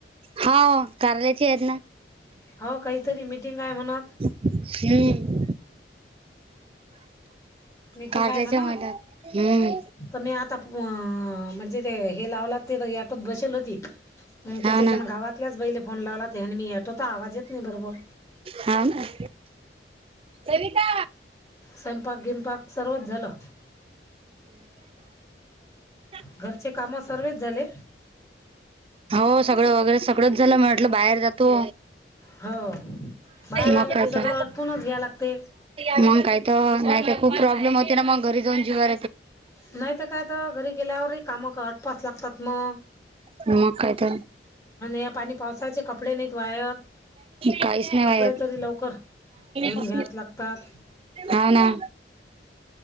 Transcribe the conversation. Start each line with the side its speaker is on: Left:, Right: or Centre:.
Right: हाव कारल्याचे आहेत न
Left: हो काहीतरी मिीटिंग आहे म्हणत
Right: हम्म
Left: मीटिंग
Right: कारल्याच्या
Left: आहे म्हणत
Right: महिला हम्म
Left: तर मी आता म्हणजे ते हे लावला ते याटत बसेल होती
Right: हाव
Left: त्याच्या
Right: ना
Left: गावातल्याच बैले फोन लावलात आणि मी हटवता आवाज येत नाही बरोबर
Right: हा ना सरिता
Left: स्वयंपाक गिंपाक सर्वच झालं
Right: ह
Left: घरचे काम सर्वच झाले
Right: हो सगळं वगैरे सगळंच झालं म्हटलं बाहेर जातो
Left: हो बाहेर आलं
Right: मकाता
Left: की सगळं अटपूनच घ्या लागते
Right: मग काही तर नाही तर खूप प्रॉब्लेम होते ना मग घरी जाऊन जीवा
Left: नाही तर काय तर घरी गेल्यावरही काम आठवावे लागतात न
Right: म काैद
Left: या पाणी पावसाचे कपडे नाहीत वाळत
Right: काहीच नाही
Left: कपडे तरी लवकर धुवून
Right: वात
Left: घ्यायच लागतात
Right: अवना